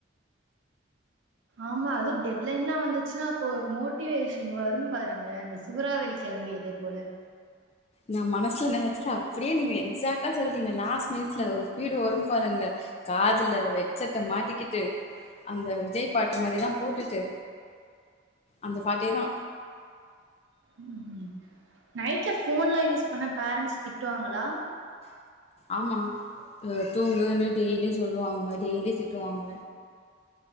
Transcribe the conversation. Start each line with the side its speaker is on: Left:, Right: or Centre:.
Right: ஆமா அதுவு டெட் லைன்லா வந்திச்சின்னா அப்ப ஒரு மோட்டிவேஷன் வரு பாருங்க அந்த சூறாவளி கெளம்பியதைப் போல
Left: நா மனசில நெனச்சதா அப்பிடியே நீங்க எக்ஸாக்ட்டா சொல்டீங்க லாஸ் மினிட்ஸ் அத ஒரு ஸ்பீடு வரு பாருங்க காதுல வெட் செட்டா மாட்டிக்கிட்டு அந்த விஜய் பாட்டு மாரிதா போட்டுட்டு அந்த பாட்டோதா
Right: ம் நைட்ல ஃபோன்ல்லா யூஸ் பண்ண பேரன்ட்ஸ் திட்டுவாங்களா
Left: ஆமா த் தூங்குன்னு டெய்லி சொல்லுவாங்க டெய்லி திட்டுவாங்க